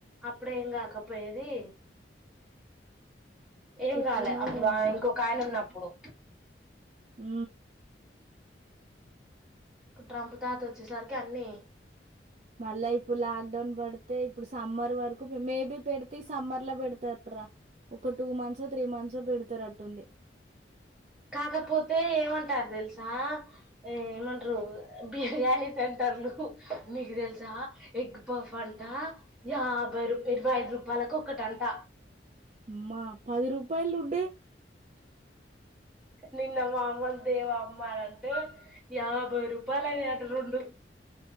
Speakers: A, in the centre; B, on the right (about 40°).
A: అప్పుడేం కాకపోయేది ఏం
B: ఎట్లనో
A: కావాలే అప్పుడు
B: ఏమో
A: ఆ ఇంకోక ఆయన ఉన్నప్పుడు
B: ఉ
A: ఇప్పుడు ట్రంప్ తాత వచ్చేసరికి అన్నీ
B: మళ్ళా ఇప్పుడు లాక్ డౌన్ పడితే ఇప్పుడు సమ్మర్ వరకు మేబీ పెడితే సమ్మర్ లో పెడతారా ఒక టూ మంత్స్ త్రీ మంత్స్ పెడతారుట్టుంది
A: కాకపోతే ఏమంటారు తెలుసా ఏ ఏమంటారు బిర్యానీ సెంటర్ మీకు తెలుసా ఎగ్ పఫ్ అంట యాభై రూ ఇరవై ఐదు రూపాయల ఒకటి అంట
B: అమ్మ పది రూపాలు ఉండే
A: నిన్న మా అమ్మ ను తేవా అంటే అమ్మ యాభై రూపాయలు అయి అంట రెండు